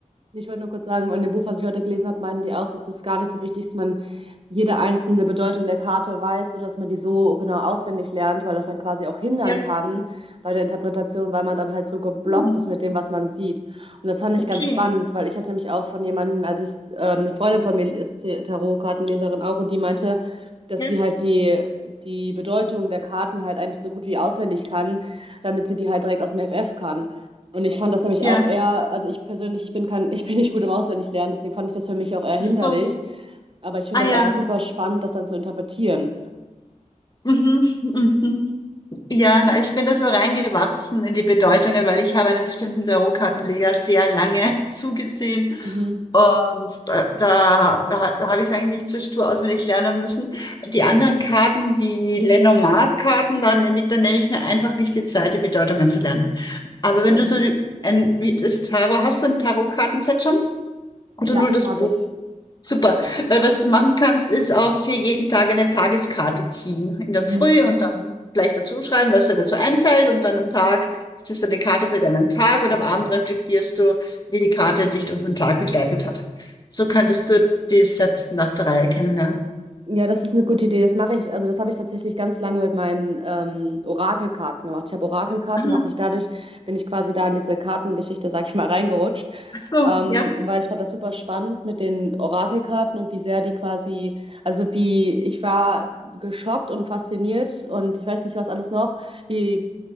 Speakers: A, on the right (about 45°); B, on the left (about 30°).
A: Ich wollte nur kurz sagen, in dem Buch, was ich heute gelesen habe, meinten die auch, es ist gar nicht so wichtig, dass man jede einzelne Bedeutung der Karte weiß oder dass man die so genau auswendig lernt, weil das dann quasi auch hindern
B: Ja,
A: kann bei der Interpretation, weil man dann halt so geblockt
B: hm,
A: ist mit dem, was man sieht. Und das fand ich
B: okay.
A: ganz spannend, weil ich hatte mich auch von jemandem, als ich, ähm, eine Freundin von mir ist T- Tarotkartenleserin auch, und die meinte, dass
B: Ja,
A: sie halt die, die Bedeutung der Karten halt eigentlich so gut wie auswendig kann, damit sie die halt direkt aus dem FF kann. Und ich fand das nämlich
B: ja,
A: auch eher, also ich persönlich, ich bin kein, <laughs> ich bin nicht gut im Auswendiglernen, deswegen fand ich das für mich auch eher hinderlich.
B: so.
A: Aber ich finde
B: Ah
A: das
B: ja.
A: einfach super spannend, das dann zu interpretieren.
B: Mhm, mhm. Ja, na, ich bin da so reingewachsen in die Bedeutungen, weil ich habe einem bestimmten Tarotkartenleger sehr lange <laughs> zugesehen
A: Mhm.
B: und da, da, da, da habe ich es eigentlich nicht so stur auswendig lernen müssen. Die anderen Karten, die Lenormand-Karten, da nehme ich, da nehme ich mir einfach nicht die Zeit, die Bedeutungen zu lernen. Aber
A: Okay.
B: wenn du so die- ein, wie das Tarot, hast du ein Tarotkartenset schon? Oder
A: Ja,
B: nur das
A: habe
B: Buch?
A: ich.
B: Super, weil was du machen kannst, ist auch hier jeden Tag eine Tageskarte ziehen. In der
A: Mhm.
B: Früh und dann vielleicht dazu schreiben, was dir dazu einfällt. Und dann am Tag ist es dann die Karte für deinen Tag und am Abend reflektierst du, wie die Karte dich durch den Tag begleitet hat. So könntest du die Sätze nach der Reihe kennenlernen.
A: Ja, das ist eine gute Idee. Das mache ich, also das habe ich tatsächlich ganz lange mit meinen ähm, Orakelkarten gemacht. Ich habe Orakelkarten,
B: Ah,
A: habe mich dadurch, bin ich quasi da in diese Kartengeschichte, sag ich mal, reingerutscht
B: ach so,
A: Ähm,
B: ja,
A: weil ich fand das super spannend mit den Orakelkarten und wie sehr die quasi, also wie, ich war geschockt und fasziniert und ich weiß nicht, was alles noch, wie